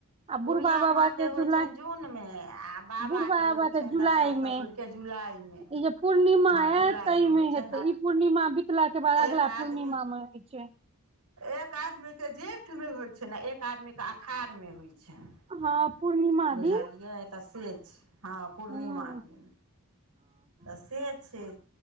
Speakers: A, on the right; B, on the right.
A: आ
B: बुढ़िया
A: बुढ़बा बाबा
B: माँके
A: के
B: होइ
A: जुलाई
B: छनि जूनमे आ बाबाके
A: बुढ़बा बाबा
B: होइ छनि
A: के जुलाई
B: ददिया ससुरके
A: मे।
B: जुलाइमे
A: ई जे पूर्णिमा
B: हँ
A: ऐत
B: जुलाइमे
A: ताहिमे
B: होइ छनि
A: हेतै
B: आ
A: ई। पूर्णिमा बितलााक कऽ बाद अगला
B: एक आदमी
A: पूर्णिमा मे होइ छै।
B: एक आदमीके जेठमे होइत छनि आ एक आदमीके अखाढ़ मे होइत छनि।
A: हँ पूर्णिमा
B: उझालियियै
A: दिन
B: तऽ से छई हँ पूर्णिमा
A: ह
B: दिन तऽ से छै।